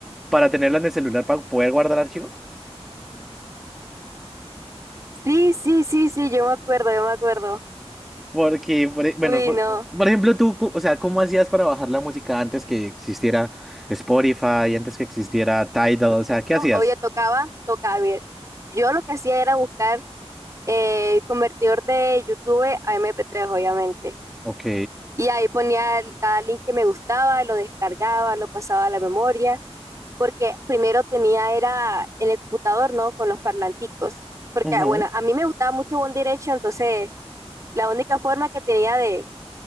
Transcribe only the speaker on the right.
Sí, sí, sí, sí, yo me acuerdo, yo me acuerdo.
Uy,
no.
Obvio,
oye, tocaba, tocaba, ver. Yo lo que hacía era buscar eh, convertidor de YouTube a mp tres, obviamente.
Y ahí ponía el- cada link que me gustaba, lo descargaba, lo pasaba a la memoria, porque primero tenía era en el computador, ¿no? Con los parlanticos. Porque,
bueno, a mí me gustaba mucho One Direction, entonces la única forma que tenía de,